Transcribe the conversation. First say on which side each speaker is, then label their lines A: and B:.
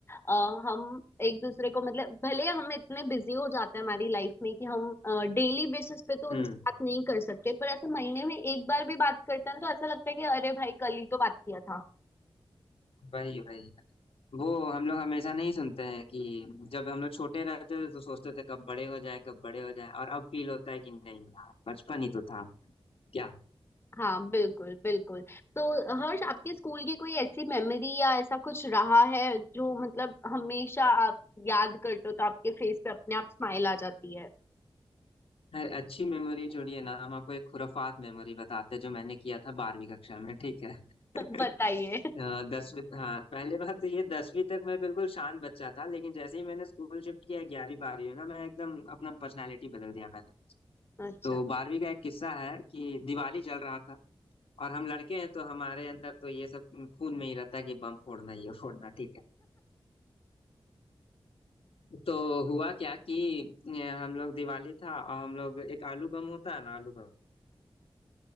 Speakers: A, on the left; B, on the left.
A: अ, हम एक दूसरे को मतलब भले हम इतने बिजी हो जाते हैं हमारी लाइफ में कि हम डेली बेसिस पे तो उनसे
B: हम्म
A: बात नहीं कर सकते पर ऐसे महीने में एक बार भी बात करते हैं तो ऐसा लगता है कि अरे भाई कल ही तो बात किया था
B: वही वही वो हम लोग हमेशा नहीं सुनते हैं कि जब हम लोग छोटे रहते थे तो सोचते थे कब बड़े हो जाए कब बड़े हो जाए और अब फील होता है कि नहीं यार बचपन ही तो था क्या
A: हाँ बिल्कुल बिल्कुल तो हर्ष आपके स्कूल की कोई ऐसी मेमोरी या ऐसा कुछ रहा है जो मतलब हमेशा आप याद करते हो तो आपके फेस पे अपने आप स्माइल आ जाती है
B: अरे अच्छी मेमोरी जोड़िए ना हम आपको एक खुराफात मेमोरी बताते हैं जो मैंने किया था बारहवीं कक्षा में ठीक है <laughs>
A: <laughs> बताइए
B: अ, दसवीं हाँ पहले बात तो ये दसवीं तक मैं बिल्कुल शांत बच्चा था लेकिन जैसे ही मैंने स्कूल शिफ्ट किया ग्यारहवीं बारहवीं में ना मैं एकदम अपना पर्सनालिटी बदल दिया मैंने
A: अच्छा
B: तो बारहवीं का एक किस्सा है कि दिवाली जल रहा था और हम लड़के हैं तो हमारे अंदर तो ये सब खून में ही रहता है कि बम फोड़ना ये फोड़ना ठीक है तो हुआ क्या कि अ, हम लोग दिवाली था और हम लोग एक आलू बम होता है ना आलू बम